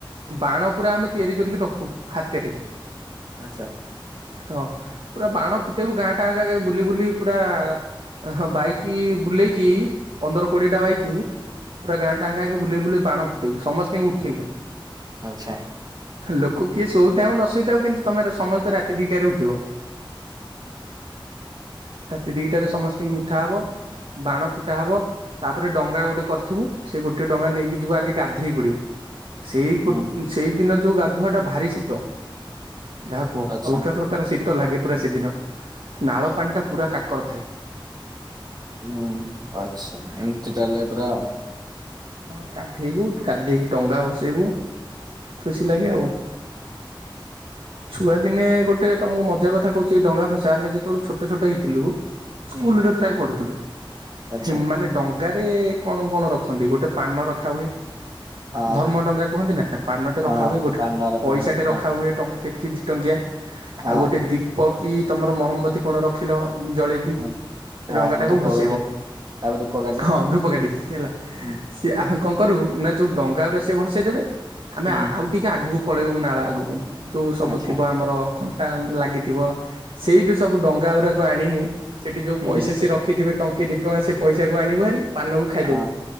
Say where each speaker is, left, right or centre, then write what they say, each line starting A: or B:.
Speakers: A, on the right; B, on the right.
A: ବାଣ ପୁରା ଆମେ ତିଆରି କରିକି ରଖୁ ହାତରେ।
B: ଆଚ୍ଛା।
A: ହଁ ପୁରା ବାଣ ଫୁଟେଇବୁ ଗାଁ ଟା ଗଁ ଗାଁ ବୁଲି ବୁଲି ପୁରା ହଁ ବାଇକ ବୁଲେଇକି ପନ୍ଦର କୋଡିଏ ଟା ବାଇକ। ପୁରା ଗାଁ ଟାଁଙ୍କ କ ବୁଲେଇ ବୁଲେଇ ବାଣ। ଫୁଟେଇବୁ ସମସ୍ତିଙ୍କୁ ଉଠେଇବୁ।
B: ଆଛା।
A: ଲୋକ କିଏ ଶୋଉଥାଉ କି ନଶୋଉଥାଉ କିନ୍ତୁ ତମର ସମସ୍ତେ ରାତି ଦିଟାରେ ଉ ଥିବ।
B: <inaudible>
A: ରାତି ଦିଟାରେ ସମସ୍ତି ଙ୍କୀ ଉଠା ହବ। ବାଣ ଫୁଟା ହବ। ତାପରେ ଡଙ୍ଗା ଗୋଟେ କରିଥିବୁ ସେଇ ଗୋଟିଏ ଡଙ୍ଗା ନେଇକି ଯିବୁ ଆଗେ ଗା ଧେଇ ପଡ଼ିବୁ। ସେଇ ଗୋଟ
B: ହୁଁ
A: ସେଇ ଦିନ ଯୋଉ ଗାଧୁଆ ଟା ଭାରି ଶୀତ ଯାହା କୁହ
B: ଆଚ୍ଛା
A: ଅଲଗା ପ୍ରକାର ସ ତ ଲାଗେ ପୁରା ସେଦିନ ନାଳ ପାଣି ଟା ପୁରା କାକର ଥାଏ।
B: ହୁଁ ଆଛା ଏମିତି ତାହଲେ ପୁରା ଆଉ
A: ହଁ ଗାଧେଇବୁ ଗାଧେଇକି ଡଙ୍ଗା ଭସେଇବୁ ଖୁସି ଲାଗେ ଆଉ ଛୁଆ ଦିନେ ଗୋଟେ ତମକୁ ମଜା କ କଥା କହୁଛି ଡଙ୍ଗା ଭଷା ଯେତେବେଳେ ଛୋଟ ଛୋଟ ହେଇଥିଲୁ
B: ହୁଁ
A: ସ୍କୁଲ ରେ ପ୍ରାୟ ପଢୁଥିଲୁ
B: ଆଚ୍ଛା
A: ସେମାନେ ଡ଼ ଜାଗାରେ କଣ କଣ ରଖନ୍ତି ଗୋଟେ ପାନ ରଖାହୁଏ
B: ହଁ
A: ଧର୍ମ ଡଙ୍ଗା କୁହନ୍ତି ନା ପାନଟେ
B: ହଁ
A: ରଖା ହୁଏ ଗୋଟେ
B: ପାନ ରକମ
A: ପଇସା ଟେ
B: ହଁ
A: ରଖା ହୁଏ ଟଙ୍କା କେ କି ଟଙ୍କିଆ
B: ହଁ
A: ଆଉ ଗୋଟେ ଦୀପକ କି ତୁମର ମହମ୍ବତୀ କଣ ରଖିଲ ଜଳେଇକି
B: ହଁ
A: ସେ
B: ହଁ
A: ରଙ୍ଗା ଟାକୁ
B: ଧୂପକାଠି
A: ଭସେଇବ
B: ତାପରେ ଧୂପକାଠି
A: ହଁ ଧୂପକାଠ ହେଲା
B: ହୁଁ
A: କିଏ ଆ କଣ କରିବୁ ନା ଯେଉଁ ଡଙ୍ଗା ଗୁରା ସିଏ ଭସେଇ ଦେବେ ଆମେ
B: ହୁଁ
A: ଆଉ ଟିକେ ଆଗକୁ ପଳେଇବୁ ନାଳ ଆଗକୁ ଯୋଉ ସବୁ
B: ଆଚ୍ଛା
A: ଥିବ ଆମର ଖ ଟା ଲାଗିଥିବ ସେଇଠି ସବୁ ଡଙ୍ଗା ଗୁରାକ ଆଣିକି ସେଠି ଯୋଉ
B: ହୁଁ
A: ପଇସା ସିଏ ରଖିଥିବେ ଟଙ୍କେ ଦି ଟଙ୍କା ସେ ପଇସାକୁ ଆଣିବୁ ଭାରି ପାନକୁ ଖାଇଦବୁ।
B: ହଁ